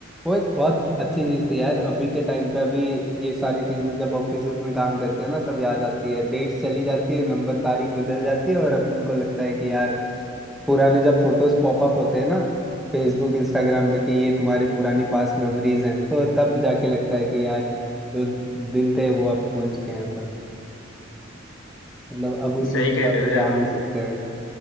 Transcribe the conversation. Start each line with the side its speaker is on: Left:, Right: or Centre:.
Centre: वो एक बहुत अच्छी चीज थी यार अभी के टाइम पे अभी ये सारी चीजें जब ऑफिसेज में काम करते हैं ना तब याद आती है डेट्स चली जाती है नंबर तारीख बदल जाती है और अपन को लगता है कि यार पुराने जब फोटोज पॉपअप होते हैं ना फेसबुक इंस्टाग्राम पे कि ये तुम्हारी पुरानी पास्ट मेमोरीज हैं तो तब जाके लगता है कि यार जो दिन थे वो अब भूल चुके हैं अपन मतलब अब उन
Left: सही
Centre: जगह
Left: कह रहे
Centre: पे
Left: हो यार
Centre: जा नहीं
Left: मतलब
Centre: सकते हैं